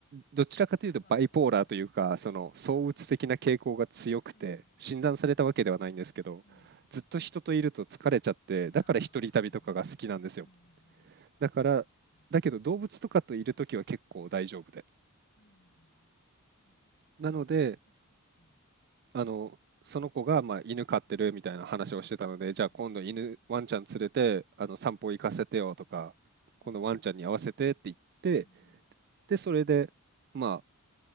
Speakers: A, on the right; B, on the left.
A: どちらかというとバイポーラーというか、
B: まあね。
A: その躁鬱的な傾向が強くて、
B: うん。うん。
A: 診断されたわけではないんですけど、
B: うん。うん。う
A: ずっと人といると疲れちゃって、
B: んああ、
A: だから一人旅とかが好きなんですよ。
B: うん。うん。うん。うん。うんわかります。
A: だから、
B: うん。
A: だけど動物とかといるときは結構大丈夫で。
B: うん。うん。うんまあね、確かに、
A: なので、
B: それは確かに。うん。
A: あの、その子がまあ犬飼ってるみたいな話をしてたので、
B: うん。うん。
A: じゃあ今度犬、ワンちゃん連れて、あの散歩行かせてよとか、このワンちゃんに合わせてって言って、
B: うんうん。うんうん。
A: で、それで、まあ、